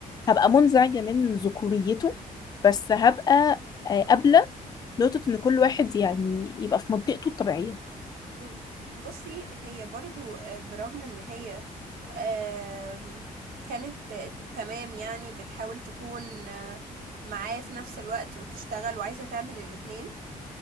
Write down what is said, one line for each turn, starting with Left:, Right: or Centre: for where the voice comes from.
Left: هبقى منزعجة من ذكوريته بس هبقى آه، قابلة نقطة إن كل واحد يعني يبقى في منطقته الطبيعية
Right: مم. بصي هي برضو آه، برغم ان هي آم، كانت آه، ت- تمام يعني بتحاول تكون آه، معاه في نفس الوقت وتشتغل وعايزة تعمل الاتنين